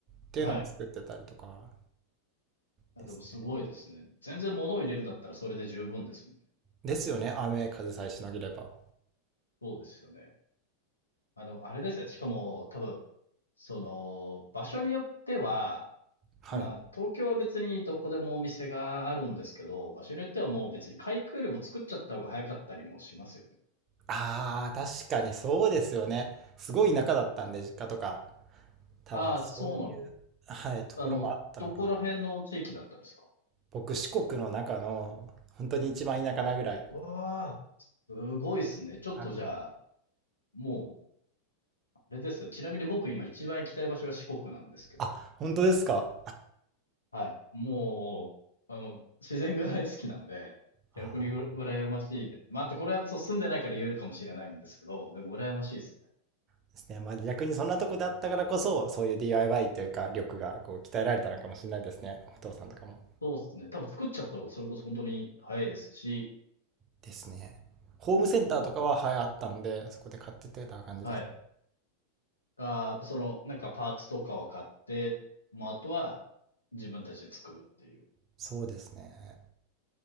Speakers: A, on the right; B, on the left.
A: っていうのも作ってたりとか
B: <laughs> はい。あ、
A: ですね
B: でもすごいですね。全然物を入れるんだったらそれで十分ですもんね。
A: ですよね雨風さえしのげれば
B: そうですよね。あ、でもあれですね。しかも多分、その、場所によっては、
A: はい
B: まあ、東京は別にどこでもお店があるんですけど、場所によってはもう別に開くよりも作っちゃった方が早かったりもしますよね。
A: あー確かにそうですよねすごい田舎だったんで実家とか多分そういう、
B: ああ、そうなんです。
A: はい、ところもあったのかな。
B: あの、どこら辺の地域だったんですか
A: 僕、四国の中の、本当に一番田舎なぐらい。
B: わあ、すごいっすね。ちょっとじゃあ、
A: あの、
B: もう、あれですよ。ちなみに僕今一番行きたい場所が四国なんですけど、
A: あ、本当ですか。
B: はい。もう、あの、自然が大好きなんで、逆にうら羨ましいです。
A: <laughs> あ
B: まあ、あとこれはそう住んでないから言えるかもしれないんですけど、でも羨ましいですね。
A: ーですね。まあ逆にそんなとこであったからこそ、そういう DIY というか、力がこう鍛えられたのかもしれないですね。お父さんとかも。
B: そうっすね。多分作っちゃった方がそれこそ本当に早いですし、
A: ですね。ホームセンターとかは、
B: そうです。
A: はい、あったんで、そこで買ってってた感じですね。
B: はい。あー、やっぱその、なんかパーツとかは買って、もうあとは自分たちで作るっていう。
A: そうですね。